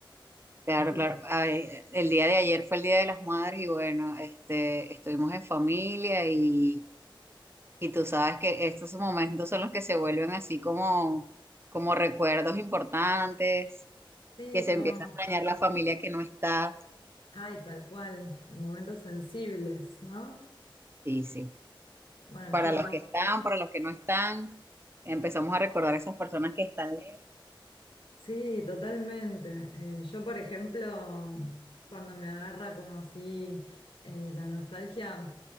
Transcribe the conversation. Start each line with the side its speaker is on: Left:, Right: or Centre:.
Right: Claro,
Left: Estuve,
Right: claro. Ay, el día de ayer fue el Día de las Madres y bueno, este, estuvimos en familia y, y tú sabes que estos momentos son los que se vuelven así como, como recuerdos importantes,
Left: sí,
Right: que se
Left: como,
Right: empieza a extrañar la familia que no está.
Left: ay, tal cual, momentos sensibles, ¿no?
Right: Sí, sí.
Left: Bueno,
Right: Para
Left: yo
Right: los que están, para los que no están, empezamos a recordar a esas personas que están lejos.
Left: Sí, totalmente. Eh, yo, por ejemplo, cuando me agarra como así eh, la nostalgia,